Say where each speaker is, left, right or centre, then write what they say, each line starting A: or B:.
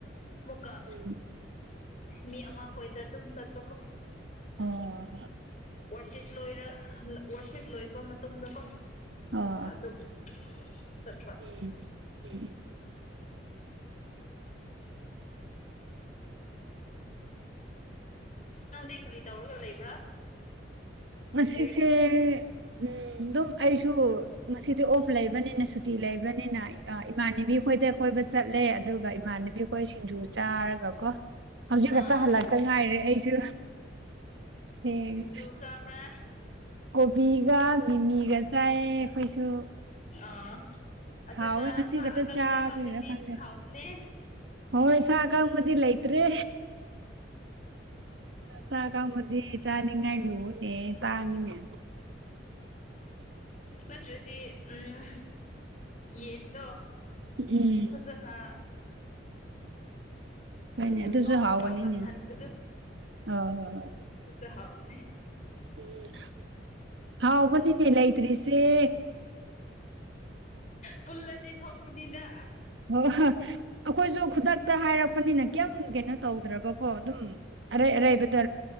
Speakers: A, on the left; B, on the right.
A: ꯑꯃꯨꯛꯀ
B: ꯎꯝ
A: ꯃꯤ ꯑꯃꯈꯣꯏꯗ ꯑꯗꯨꯝ ꯆꯠꯄ ꯀꯣ
B: ꯑꯣ
A: ꯋꯥꯔꯁꯤꯠ ꯂꯣꯏꯔ ꯋꯥꯔꯁꯤꯞ ꯂꯣꯏꯕ ꯃꯇꯨꯡꯗꯀꯣꯨꯀ
B: ꯑꯣ
A: ꯑꯗꯨꯝ ꯆꯠꯄ
B: ꯎꯝ ꯎꯝ
A: ꯅꯥꯟꯗꯩ ꯀꯔꯤ ꯇꯧꯔꯒ ꯂꯩꯕ꯭ꯔꯥ
B: ꯉꯁꯤꯁꯦ
A: ꯍꯧꯖꯤꯛ
B: ꯎꯝ ꯑꯗꯨꯝ ꯑꯩꯁꯨ ꯃꯁꯤꯗꯤ ꯑꯣꯐ ꯂꯩꯕꯅꯤꯅ ꯁꯨꯇꯤ ꯂꯩꯕꯅꯤꯅ ꯏꯃꯥꯟꯅꯕꯤ ꯈꯣꯏꯗ ꯀꯣꯏꯕ ꯆꯠꯂꯦ ꯑꯗꯨꯒ ꯏꯃꯥꯟꯅꯕꯤ ꯑꯩꯈꯣꯏ ꯁꯤꯡꯖꯨ ꯆꯥꯔꯒꯀꯣ ꯍꯧꯖꯤꯛ
A: ꯑꯥ
B: ꯈꯛꯇ ꯍꯜꯂꯛꯇ ꯉꯥꯏꯔꯦ ꯑꯩꯁꯨ ꯍ
A: ꯌꯨ ꯇꯥ ꯄ꯭ꯔꯥ
B: ꯀꯣꯕꯤꯒ ꯃꯤꯃꯤꯒ ꯆꯥꯏꯑ ꯑꯩꯈꯣꯏꯁꯨ
A: ꯑ ꯑꯗꯨꯗ
B: ꯍꯥꯎꯋꯦ ꯉꯁꯤ
A: ꯁꯥ
B: ꯈꯛꯇ
A: ꯑꯀꯪꯕ
B: ꯆꯥꯕꯒꯤꯔ
A: ꯍꯥꯞꯂꯗꯤ
B: ꯈꯪꯗꯦ
A: ꯍꯥꯎꯕꯅꯦ
B: ꯍꯣꯏ ꯁꯥꯒꯕꯗꯤ ꯂꯩꯇ꯭ꯔꯦ ꯆꯥꯛ ꯀꯥꯡꯕꯨꯗꯤ ꯆꯥꯅꯤꯡꯉꯥꯏ ꯂꯨꯅꯦ ꯇꯥꯡꯉꯤꯅꯦ
A: ꯅꯠꯇ꯭ꯔꯗꯤ ꯎꯝ ꯌꯦꯗꯣ
B: ꯎꯝ
A: ꯐꯖꯅ
B: ꯍꯣꯏꯅꯦ
A: ꯎꯝ
B: ꯑꯗꯨꯁꯨ
A: ꯉꯧꯔꯒ
B: ꯍꯥꯎꯒꯅꯤꯅꯦ
A: ꯀꯪꯍꯟꯕꯗꯣ
B: ꯍꯣꯏ ꯍꯣꯏ
A: ꯑꯗꯨꯁꯨ ꯍꯥꯎꯅꯤ
B: ꯎꯝ ꯍꯥꯎꯕꯅꯤꯅꯦ ꯂꯩꯇ꯭ꯔꯤꯁꯦ
A: ꯄꯨꯜꯂꯗꯤ ꯊꯣꯛꯄꯅꯤꯗ
B: ꯍ ꯍꯣꯏ ꯑꯩꯈꯣꯏꯁꯨ ꯈꯨꯗꯛꯇ ꯍꯥꯏꯔꯛꯄꯅꯤꯅ ꯀꯌꯥꯝꯝ ꯀꯩꯅꯣ ꯇꯧꯗ꯭ꯔꯕꯀꯣ ꯑꯗꯨꯝ ꯑꯔꯩ ꯑꯔꯩꯕꯗ